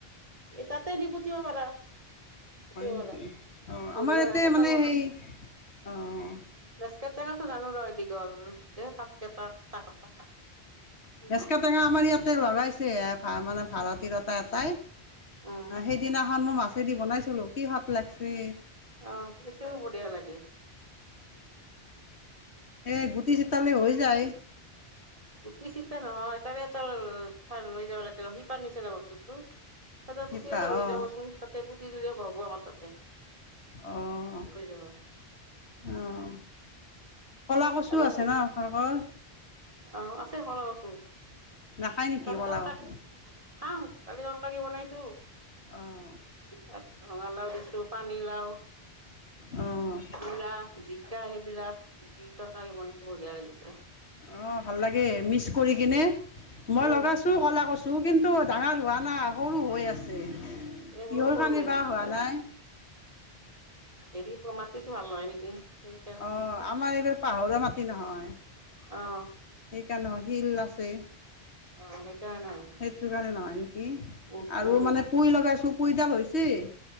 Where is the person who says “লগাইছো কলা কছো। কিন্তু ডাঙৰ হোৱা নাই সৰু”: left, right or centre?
Left